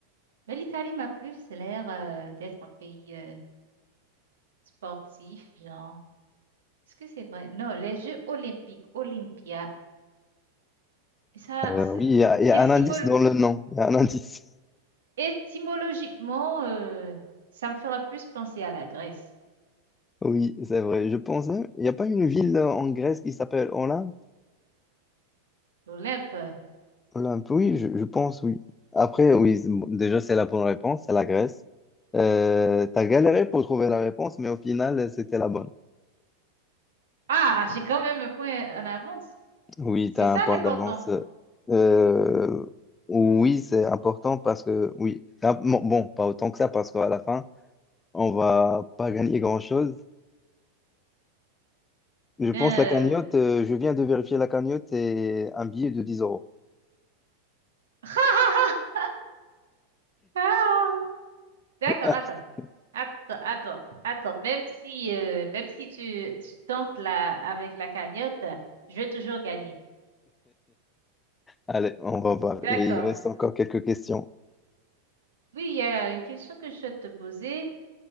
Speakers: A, on the right; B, on the left.
A: mais l'Italie m'a plus l'air euh, d'être un pays euh, sportif, genre. Est-ce que c'est vrai? Non, les Jeux olympiques, Olympia, ça,
B: Euh,
A: c'est-
B: oui, il y, a il y
A: étymologiquement
B: a un indice dans le nom. Il y a un indice. <laughs>
A: Étymologiquement, euh, ça me fera plus penser à la Grèce,
B: Oui, c'est vrai. Je pense, même- il n'y a pas une ville en Grèce qui s'appelle Olympe?
A: l'Olympe.
B: Olympe, oui, je, je pense, oui. Après, oui, c'est- bon, déjà, c'est la bonne réponse, c'est la Grèce. Euh, t'as galéré pour trouver la réponse, mais au final, c'était la bonne.
A: Ah, j'ai quand même un point en avance.
B: Oui,
A: C'est
B: t'as
A: ça
B: un point
A: l'important.
B: d'avance. Euh, oui, c'est important parce que, oui, c'est un- bon, bon, pas autant que ça, parce qu'à la fin, on va pas gagner grand-chose. Je pense
A: Ben,
B: la cagnotte,
A: euh,
B: euh, je viens de vérifier la cagnotte, c'est un billet de 10 euros.
A: <laughs> ah, d'accord,
B: <laughs>
A: attends. Attends, attends, attends. Même si, euh, même si tu, tu tentes là avec la cagnotte, je vais toujours gagner.
B: Allez, on va voir.
A: D'accord.
B: Et il reste encore quelques questions.
A: Oui, il y a une question que je souhaite te poser.